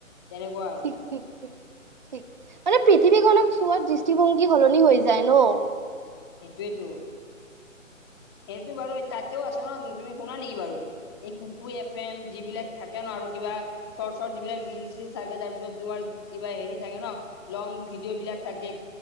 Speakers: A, on the left; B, on the right.
A: তেনেকুৱা আৰু
B: ঠিক ঠিক ঠিক। মানে পৃথিৱীখনক চোৱাৰ দৃষ্টিভংগী সলনি হৈ যায় ন।
A: সেইটোৱেইটো। সেইটো বাৰু তাতেও আছে ন তুমি শুনা নেকি বাৰু এই কুকুৰ এপ- ফেম যিবিলাক থাকে ন, কিবা শৰ্ট শট যিবিলাক ৰিল থাকে, তাৰ পিছত তোমাৰ কিবা হেৰি থাকে ন লং ভিডিঅ' বিলাক থাকে।